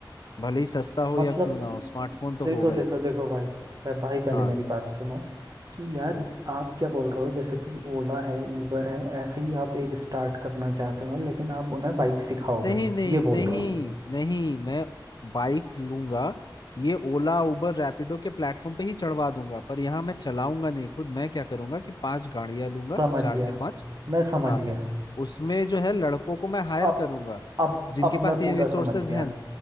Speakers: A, on the left; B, on the right.
A: भले ही सस्ता हो
B: मतलब
A: या क्यों ना हो स्मार्टफोन तो
B: देखो
A: होगा
B: देखो
A: ही
B: देखो भाई भाई भाई, पहले
A: हाँ
B: मेरी बात सुनो कि यार
A: हाँ
B: आप क्या बोल रहे हो जैसे कि ओला है उबर है ऐसे ही आप एक स्टार्ट करना चाहते हो लेकिन आप उन्हें बाइक सिखाओगे
A: नहीं नहीं
B: ये
A: नहीं
B: बोल रहे हो
A: नहीं मैं बाइक लूंगा ये ओला उबर रैपिडो के प्लेटफॉर्म पे ही चढ़वा दूंगा पर यहाँ मैं चलाऊंगा नहीं खुद मैं क्या करूंगा कि पांच गाड़ियां लूंगा
B: समझ
A: चार
B: गया
A: से पांच
B: मैं समझ
A: हाँ
B: गया
A: उसमें जो है लड़कों को मैं हायर
B: अब
A: करूंगा
B: अब
A: जिनके
B: अब
A: पास
B: मैं
A: ये
B: पूरा
A: रिसोर्सेज
B: समझ गया
A: हैं